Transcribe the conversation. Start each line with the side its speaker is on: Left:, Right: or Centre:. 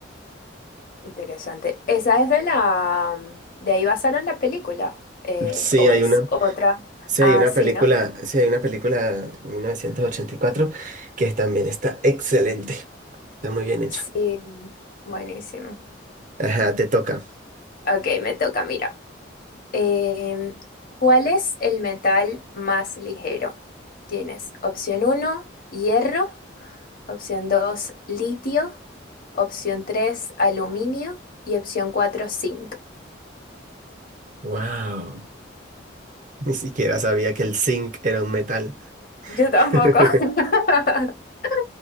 Left: Interesante. Esa es de la... De ahí basaron la película. eh,
Right: Sí,
Left: o
Right: hay
Left: es
Right: una,
Left: otra.
Right: sí,
Left: Ah,
Right: hay una
Left: sí,
Right: película,
Left: ¿no?
Right: sí, hay una película 1984 que también está excelente, está muy bien hecha.
Left: Sí, buenísimo.
Right: Ajá, te toca.
Left: Ok, me toca, mira. Em, ¿cuál es el metal más ligero? Tienes opción uno, hierro, opción 2, litio, opción 3, aluminio y opción 4, zinc.
Right: Wow, ni siquiera sabía que el zinc era un metal.
Left: Yo tampoco.
Right: <laughs>
Left: <laughs>